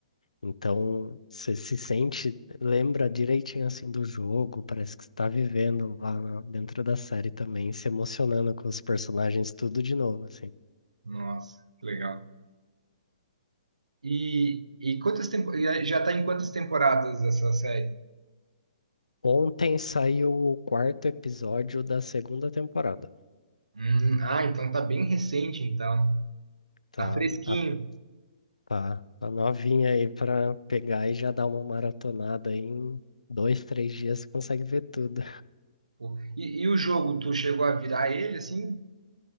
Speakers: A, on the left; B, on the right.
A: Então, você se sente, lembra direitinho assim do jogo, parece que você tá vivendo lá na- dentro da série também, se emocionando com os personagens tudo de novo, assim.
B: Nossa, que legal. E, e quantas tempo... e já tá em quantas temporadas essa série?
A: Ontem saiu o quarto episódio da segunda temporada.
B: Hum, ah, então tá bem recente, então.
A: Tá,
B: Tá fresquinho.
A: a- tá, tá novinha aí pra pegar e já dar uma maratonada aí em dois, três dias, você consegue ver tudo.
B: Pô. E, e o jogo, tu chegou a virar ele assim?